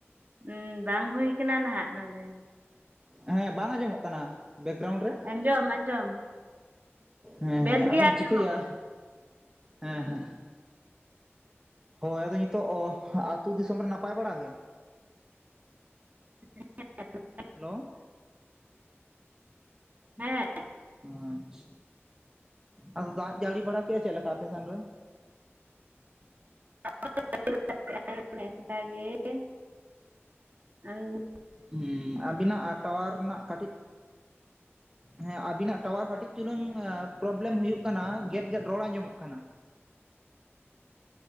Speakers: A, on the right; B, on the right.
A: ᱩᱸᱻ ᱵᱟᱝ ᱦᱩᱭ ᱟᱠᱟᱱᱟ ᱱᱟᱦᱟᱜ ᱱᱚᱰᱮ᱾
B: ᱦᱮᱸ ᱵᱟᱝ ᱟᱸᱡᱚᱢᱚᱜ ᱠᱟᱱᱟ᱾ ᱵᱮᱠᱜᱨᱟᱣᱩᱱᱰ ᱨᱮ
A: ᱟᱸᱡᱚᱢ ᱟᱸᱡᱚᱢ
B: ᱦᱮᱸ
A: ᱵᱮᱥ
B: ᱦᱮᱸ
A: ᱜᱮ
B: ᱟᱫᱚᱢ
A: ᱟᱸᱡᱚᱢᱚᱜ
B: ᱪᱤᱠᱟᱹᱭᱟ
A: ᱠᱟᱱᱟ
B: ᱦᱮᱸ ᱦᱮᱸ ᱦᱳᱭ ᱟᱫᱚ ᱱᱤᱛᱚᱜ ᱟᱹᱛᱩ ᱫᱤᱥᱚᱢ ᱨᱮ ᱱᱟᱯᱟᱭ ᱵᱟᱲᱟ ᱜᱮ
A: <unintelligible>
B: ᱦᱮᱞᱳ
A: ᱦᱮᱸ
B: ᱟᱪᱪᱷᱟ ᱟᱫᱚ ᱫᱟᱜ ᱡᱟᱹᱲᱤ ᱵᱟᱲᱟ ᱠᱮᱫᱼᱟᱭ ᱪᱮᱫᱞᱮᱠᱟ ᱟᱯᱮ ᱥᱮᱱ ᱨᱮ
A: <unintelligible> <unintelligible>
B: ᱦᱢ ᱟᱵᱤᱱᱟᱜ ᱴᱟᱣᱟᱨ ᱨᱮᱱᱟᱜ ᱠᱟᱹᱴᱤᱡ
A: <inaudible>
B: ᱦᱮᱸ ᱟᱵᱤᱱᱟᱜ ᱴᱟᱣᱟᱨ ᱠᱟᱹᱴᱤᱡ ᱪᱩᱞᱩᱝ ᱯᱨᱚᱵᱽᱞᱮᱢ ᱦᱩᱭᱩᱜ ᱠᱟᱱᱟ ᱜᱮᱫ ᱜᱮᱫ ᱨᱚᱲ ᱟᱸᱡᱚᱢᱚᱜ ᱠᱟᱱᱟ ᱾